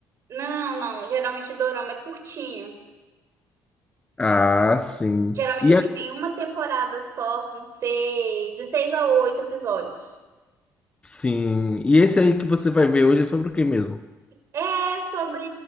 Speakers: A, on the right (about 50°); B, on the left (about 20°).
A: Não, não, geralmente Dorama é curtinho.
B: Ah, sim.
A: Geralmente
B: E
A: eles
B: aí,
A: têm uma temporada só, com seis, de seis a oito episódios.
B: sim. E esse aí que você vai ver hoje é sobre o que mesmo?
A: É sobre